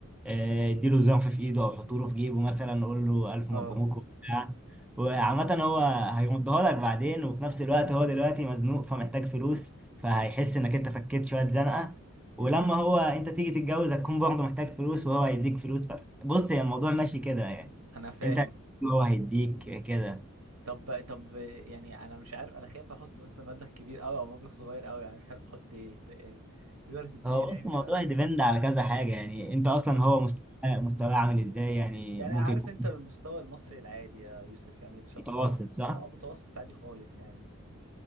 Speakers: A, in the centre; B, on the right.
A: آه، اديله زنف في ايده او حطه له في جيبه مثلا قول له الف مبروك
B: اه
A: وبتاع وعامة هو هيردها لك بعدين وفي نفس الوقت هو دلوقتي مزنوق فمحتاج فلوس فهيحس انك انت فكيت شوية زنقة ولما هو انت تيجي تتجوز هتكون برضه محتاج فلوس وهو هيديك فلوس بس بص هي الموضوع ماشي كده يعني
B: انا فاهم
A: انت هو هيديك كده
B: طب طب يعني انا مش عارف انا خايف احط مثلا مبلغ كبير قوي او مبلغ صغير قوي يعني مش عارف احط ايه ت- يعني تقدر تديني
A: هو
B: رينج
A: بص الموضوع
B: مثلا
A: ديبند على كذا حاجة يعني انت اصلا
B: اه
A: هو مستوى مستواه عامل ازاي يعني
B: يعني
A: ممكن
B: عارف
A: يكون
B: انت المستوى المصري العادي يا يوسف يعني الشخص
A: متوسط
B: م-
A: صح؟
B: اه متوسط عادي خالص يعني